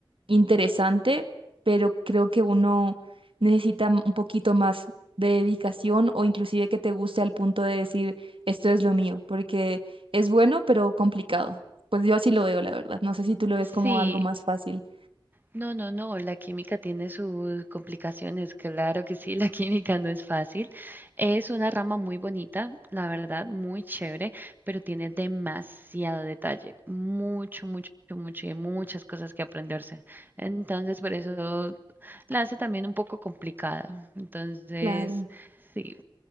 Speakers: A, on the right (about 75°); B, on the right (about 20°).
A: interesante, pero creo que uno necesita m- un poquito más de dedicación o inclusive que te guste al punto de decir, esto es lo mío, porque es bueno, pero complicado. Pues yo así lo veo, la verdad. No sé si tú lo ves
B: Sí,
A: como algo más fácil.
B: No, no, no, la química tiene sus complicaciones, claro que sí, la <laughs> química no es fácil. Es una rama muy bonita, la verdad, muy chévere, pero tiene demasiado detalle, mucho, mucho, mucho y muchas cosas que aprenderse. Entonces, por eso la hace también un poco complicada. Entonces,
A: Claro.
B: sí,